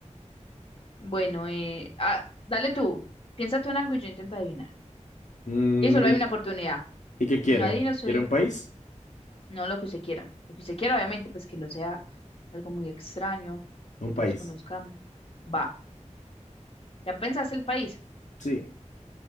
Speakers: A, on the left; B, on the left.
A: Bueno, eh, ah, dale tú, piensa tú en algo y yo intento adivinar.
B: Mm,
A: Y solo
B: ¿y
A: hay una oportunidad.
B: y qué quiere?
A: Si no adivino, soy
B: ¿Quiere
A: un-
B: un país?
A: no lo que usted quiera. Lo que usted quiera, obviamente, pues que no sea algo muy extraño,
B: Un
A: que todos
B: país.
A: conozcamos. Va, ¿ya pensaste el país?
B: Sí.